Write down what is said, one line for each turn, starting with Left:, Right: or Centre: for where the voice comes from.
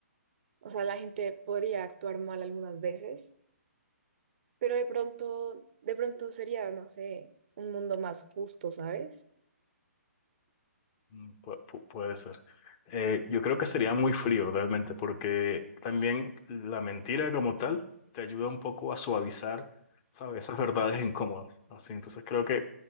Right: o sea, la gente podría actuar mal algunas veces, pero de pronto, de pronto sería, no sé, un mundo más justo, ¿sabes?
Left: Mm, pu- pu- puede ser. Eh, yo creo que sería muy frío realmente, porque también la mentira como tal te ayuda un poco a suavizar, ¿sabes? Esas verdades incómodas. Así, entonces creo que